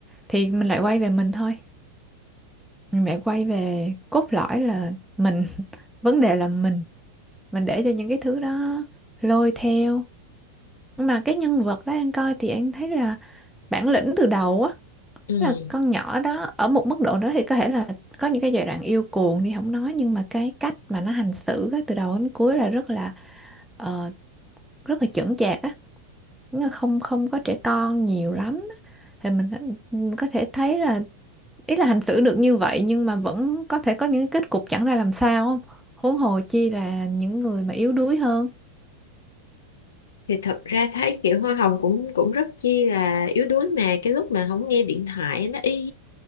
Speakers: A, in the centre; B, on the left.
A: thì mình lại quay về mình thôi mình lại quay về cốt lõi là mình <laughs> vấn đề là mình mình để cho những cái thứ đó lôi theo nhưng mà cái nhân vật đó anh coi thì anh thấy là bản lĩnh từ đầu á
B: ừ
A: là con nhỏ đó ở một mức độ đó thì có thể là có những cái giai đoạn yêu cuồng thì không nói nhưng mà cái cách mà nó hành xử á, từ đầu đến cuối là rất là ờ, rất là chững chạc á Nó không không có trẻ con nhiều lắm á. thì mình mình có thể thấy là ý là hành xử được như vậy nhưng mà vẫn có thể có những cái kết cục chẳng ra làm sao không huống hồ chi là những người mà yếu đuối hơn
B: thì thật ra thấy kiểu hoa hồng cũng cũng rất chi là yếu đuối mà cái lúc mà không nghe điện thoại nó y